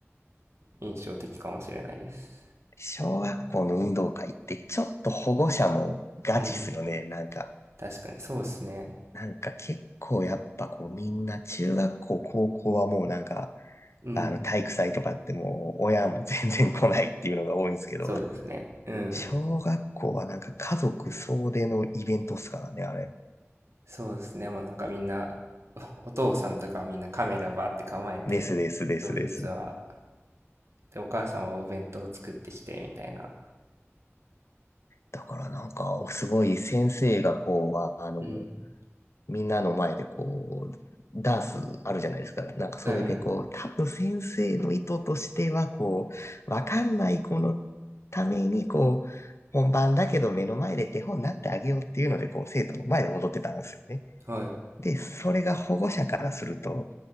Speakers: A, on the right; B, on the left.
A: 印象的かもしれないです。
B: 小学校の運動会ってちょっと保護者もガチっすよね。
A: うん。
B: なんか、
A: 確かに、そうですね。
B: なんか結構やっぱこうみんな中学校、高校はもうなんか、
A: うん。
B: あの体育祭とかってもう親も全然来ないっていうのが多いんですけど、
A: そうですね。うん。
B: 小学校はなんか家族総出のイベントっすからね、あれ。
A: そうですね。もうなんかみんな、おお父さんとかはみんなカメラバーって構えて、
B: ですですですです。
A: 当日は。で、お母さんはお弁当を作ってきて、みたいな。
B: だからなんか、すごい先生がこう、ああの、
A: うん。
B: みんなの前でこう、ダンスあるじゃないですか。なんかそれでこう、
A: うん。
B: 多分先生の意図としてはこう、わかんない子のためにこう、本番だけど目の前で手本になってあげようっていうので、こう、生徒の前で踊ってたんですよね。
A: はい。
B: で、それが保護者からすると、